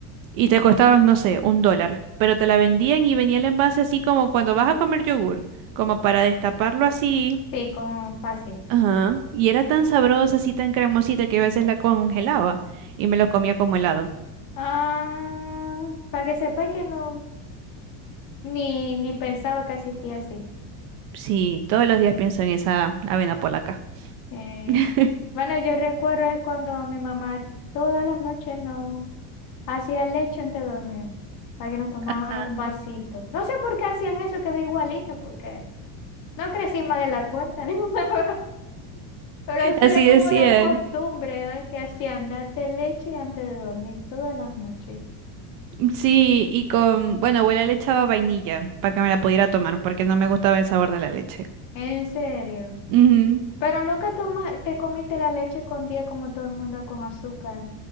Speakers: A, on the right; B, on the left.
A: Y te costaban, no sé, un dólar. Pero te la vendían y venía el envase así como cuando vas a comer yogur como para destaparlo así
B: Sí, con fácil.
A: Ajá. Y era tan sabrosa, así tan cremosita que a veces la congelaba y me lo comía como helado.
B: Ah, para que sepáis que no, ni, ni pensaba que existía así.
A: Sí, todos los días pienso en esa avena polaca.
B: Eh,
A: <laughs>
B: bueno, yo recuerdo es cuando mi mamá todas las noches nos hacía leche antes de dormir, para que nos tomaran
A: Ah.
B: un vasito. No sé por qué hacían eso, quedó igualita porque no crecí más de la cuenta, <laughs> ni nada, pero sí
A: Así
B: era como
A: decían.
B: una costumbre, ¿eh? que hacían darte leche antes de dormir todas las noches.
A: Sí, y con, bueno, abuela le echaba vainilla para que me la pudiera tomar porque no me gustaba el sabor de la leche.
B: En serio.
A: Ujú.
B: Pero nunca toma- te comiste la leche escondida como todo el mundo con azúcar,